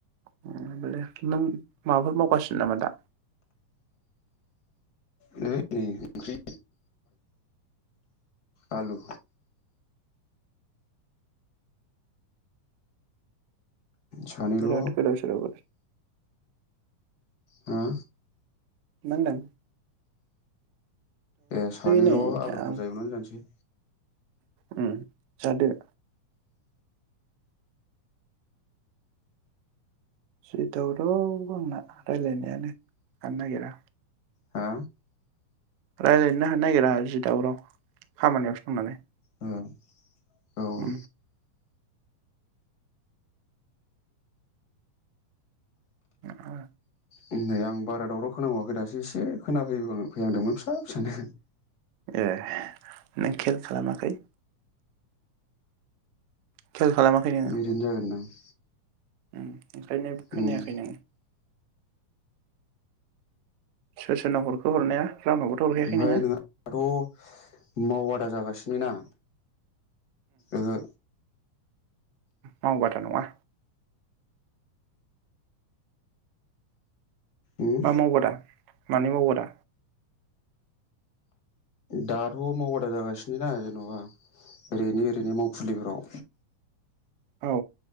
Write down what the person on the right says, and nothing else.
उम होमबालाय नों माबाफोर मावगासिनो नामा दा?
बिराद गोदाव सोराव
माहोनदों?
नै
आं
उम जादो। जि दावराव। आंना रायलायनायानो थानो नागिरा
रायलायनोनो हानो नागिरा जि दावराव खामानियाव सो दंनालाय
उ औ
ए नों खेल खालामाखै खेल खालामाखै नोङो
उम ओंखायनो खोनायाखै
नों सोर सोरनाव हरखो हरनाया रावनावबोथ' हरखायाखै
नोङो
माव बादा नङा
मा मावबादा? मानि मावबादा?
औ